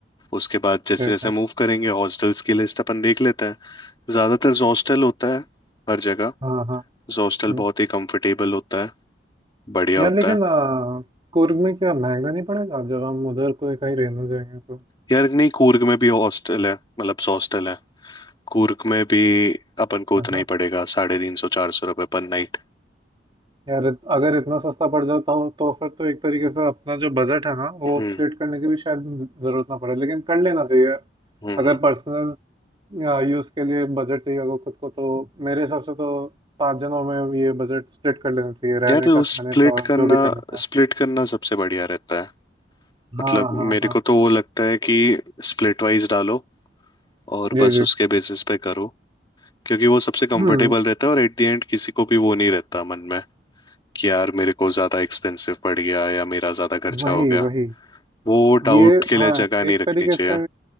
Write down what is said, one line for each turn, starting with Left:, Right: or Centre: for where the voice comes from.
Left: उसके बाद जैसे
Right: ठीक
Left: जैसे
Right: है
Left: मूव करेंगे हॉस्टल्स की लिस्ट अपन देख लेते हैं ज्यादातर हॉस्टल होता है हर जगह
Right: हाँ हाँ
Left: हॉस्टल
Right: हम्म
Left: बहुत ही कंफर्टेबल होता है बढ़िया
Right: यार
Left: होता
Right: लेकिन
Left: है
Right: अ, कुर्ग में क्या महंगा नहीं पड़ेगा जब हम उधर कोई कहीं रहने जाएंगे तो
Left: यार नहीं कूर्ग में भी हॉस्टल है मतलब हॉस्टल है कूर्ग में भी अपन को उतना
Right: अच्छा
Left: ही पड़ेगा साढ़े तीन सौ चार सौ रुपये पर नाइट
Right: यार इत- अगर इतना सस्ता पड़ जाता हो तो फिर तो एक तरीके से अपना जो बजट है ना वो
Left: हम्म
Right: स्प्लिट करने की भी शायद ज- जरूरत ना पड़े लेकिन कर लेना चाहिए यार
Left: हम्म
Right: अगर
Left: हम्म।
Right: पर्सनल यूज के लिए बजट चाहिए होगा खुद को तो मेरे हिसाब से तो पांच जनों में ये बजट स्प्लिट कर लेना चाहिए
Left: यार
Right: रहने का
Left: वो
Right: खाने
Left: स्प्लिट
Right: का और
Left: करना
Right: जो भी करने का
Left: स्प्लिट करना सबसे बढ़िया रहता है मतलब
Right: हाँ हाँ
Left: मेरे
Right: हाँ
Left: को तो वो लगता है कि स्प्लिट वाइज डालो और
Right: जी
Left: बस
Right: जी
Left: उसके बेसिस पे करो क्योंकि वो सबसे कंफर्टेबल
Right: हम्म
Left: रहता है और एट द एंड किसी को भी वो नहीं रहता मन में कि यार मेरे को ज्यादा एक्सपेंसिव पड़ गया या मेरा ज्यादा खर्चा
Right: वही
Left: हो गया
Right: वही
Left: वो
Right: ये
Left: डाउट के
Right: हाँ
Left: लिए जगह नहीं
Right: एक
Left: रखनी
Right: तरीके
Left: चाहिए
Right: से